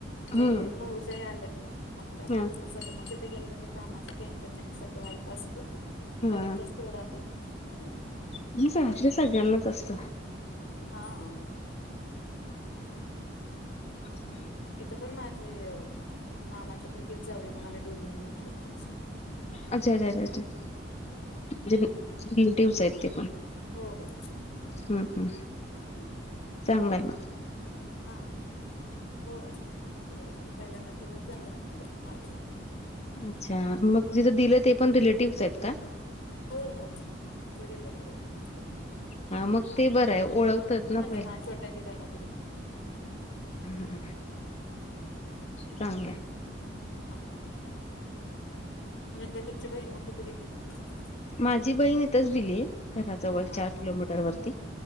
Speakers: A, on the left; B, on the left.
A: ते
B: हम्म
A: भाऊजय आलेत ना मग त्यात
B: हा
A: सगळ मग तिथे गेल्या काही कामाचं टेन्शन नाही सगळं आयत असतं
B: हा
A: पण इथच तेवढं आपलं <unintelligible>
B: <unintelligible> सगळ्यांनाच तसं
A: हा्
B: <inaudible>
A: इथं पण माझी अ मामाच्या मुलगीच जावे मग आम्ही दोघी मिळुन करतो.
B: अच्छा अच्छा अ्छा अ्छा म्हणजे रिलेटिव्हस आहेत ते
A: हो हो
B: हम् हम
A: हम्
B: चांगलाय ना.
A: हा हो, पण पहिल्यांदा तिथंच झालं नंतर मग माझं -
B: अच्छा मग जिथं दिले ते पण रिलेटिव्हस आहेत का?
A: हो हो ते रिलेटिव्हस आहेत.
B: हा मग ते बरं आहे ओळखतात ना. पहिल्या
A: <unintelligible> छोट्या दिराला.
B: हा चांगलय.
A: <inaudible> <inaudible>
B: माझी बहीण इथंच दिलीय घराजवळ
A: हा
B: चार किलोमीटर वरती.